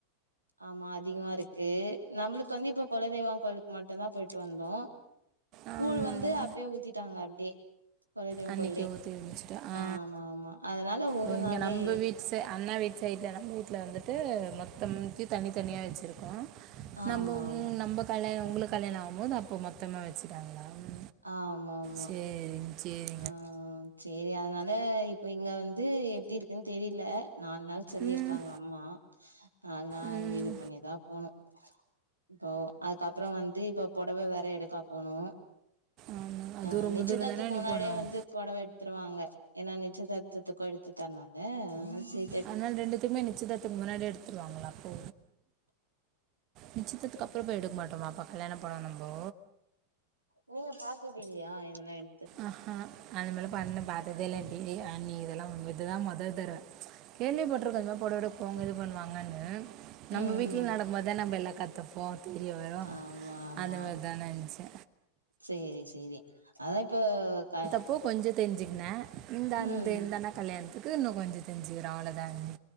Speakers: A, on the right; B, on the right.
A: ஆமா அதிகமாருக்கு நம்பளுக்கு வந்து இப்ப கொலதெய்வோ கோயிலுக்கு மட்டுதா போயிட்டு வந்தோ
B: ஆமாங்க
A: கூழ் வந்து அப்பயே ஊத்திட்டாங்க அப்டே கொலதெய்வோ
B: அன்றைக்கி
A: கோயிலயே
B: ஊற்றி இருந்துச்சுட்டு ஆ
A: ஆமா ஆமா அதனால ஒரு
B: ஓ இங்கே
A: நாளே
B: நம்ம வீட்டு அண்ணா வீட் சைடில நம்மூட்ல வந்துட்டு மொத்தம்தையு தனி தனியா வச்சுருக்கோ
A: ஆமா
B: நம்ப உ
A: ஆமா
B: நம்ப கல்யாண உங்களுக்கு கல்யாணோ ஆகும் போது அப்ப மொத்தமா வச்சுட்டாங்களா உ
A: ஆமா ஆமா
B: சேரிங் சேரி
A: ஆ சேரி அதனால இப்ப இங்க வந்து எப்டி இருக்குன்னு தெரியில நாலு நாள் சொல்லியிருக்காங்க
B: ம்
A: அம்மா நாலு நாள்
B: ம்
A: இது பண்ணிதா போனு இப்போ அதுக்கப்புறோ வந்து இப்ப பொடவ வேற எடுக்க போனு
B: ஆமாம் அது
A: ஆ
B: ரொம்ப
A: நிச்சயதார்த்துக்கு
B: தூரோ தானே
A: முன்னாடியே
B: போகணும்
A: வந்து பொடவ எடுத்துருவாங்க ஏன்னா நிச்சயதார்த்தத்துக்கு எடுத்து தரணும் ல
B: அதனால ரெண்டுத்துக்குமே நிச்சயதார்த்ததுக்கு முன்னாடியே எடுத்துருவாங்களா அப்போ நிச்சயத்துக்கு அப்றோ போய் எடுக்க மாட்டோமா அப்போ கல்யாண பொடவ நம்போ
A: நீங்க பாத்ததுல்லயா இதுமாரி
B: ஆஹ அந்த மார்லா பண்ண பார்த்ததே இல்ல ஆண்டி அண்ணி இதெல்லா இதுதா மொதல் தடவ கேள்விபட்ருக்கேங்க பொடவ எடுக்கபோவாங்க இது பண்ணுவாங்கன்னு நம்ம
A: ம்
B: வீட்டுல நடக்கு போதுதா நம்ம எல்லா கத் ஃபோர்ட்டி வரு
A: ஆமா ஆமா
B: அந்த மாதிரி தானே நெனச்சே
A: சேரி சேரி அதா இப்ப க
B: இப்போ கொஞ்சோ தெரிஞ்சுக்கின்ன இந்த
A: ம்
B: அந்த இந்த அண்ணா கல்யாணத்துக்கு இன்னு கொஞ்சோ தெஞ்சிக்கிறே அவ்ளோதா அண்ணி